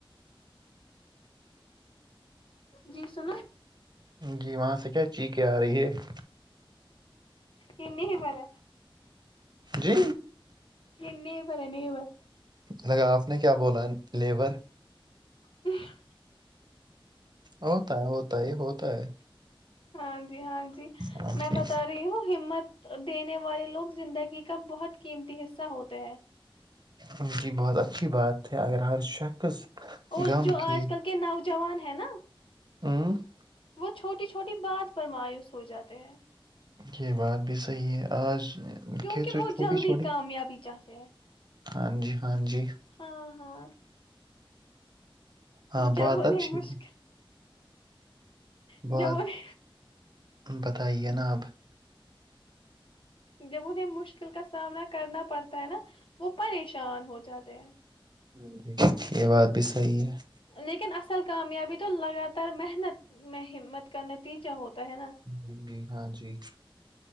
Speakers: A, on the left; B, on the right.
A: جی سناو <unintelligible>
B: جی وہاں سے کیا چیخیں آ رہی ہے <inaudible>
A: ا نہیں ہی مرے
B: جی
A: یہ نہیں ب ہے نہیں ب
B: لگا آپ نے کیا بولا لیبر
A: ا <inaudible>
B: ہوتا ہے ہوتا ہے ہوتا ہے
A: ہاں جی ہاں جی
B: ہاں
A: میں
B: جی
A: بتا رہی ہوں ہمت دینے والے لوگ زندگی کا بہت قیمتی حصہ ہوتے ہیں <inaudible>
B: ان کی بہت اچھی بات اگر ہر شخص
A: اور
B: غم
A: جو
B: کی
A: آج کل
B: <inaudible>
A: کے نوجوان ہے نا
B: ہوں <inaudible>
A: وہ چھوٹی چھوٹی بات پر مایوس ہو جاتے ہیں
B: یہ بات بھی صحی ہے آج
A: کیونکہ
B: کہچو
A: وہ
B: چھوٹی
A: جلدی
B: چھوٹی
A: کامیابی چاہتے ہیں
B: ہاں جی ہاں جی <unintelligible>
A: ہاں ہاں
B: ہاں
A: جب
B: بہت
A: انہیں
B: اچھی
A: مشکل جمن
B: بات
A: <inaudible>
B: بتائیے نا اپ <inaudible>
A: جب انہیں مشکل کا سامنا کرنا پڑتا ہے نا وہ پریشان ہو جاتے ہیں
B: ہاں جی یہ بات بھی صحی ہے <unintelligible>
A: لیکن اصل کامیابی تو لگاتار محنت میں ہمت کا نتیجہ ہوتا ہے نا
B: جی جی ہاں جی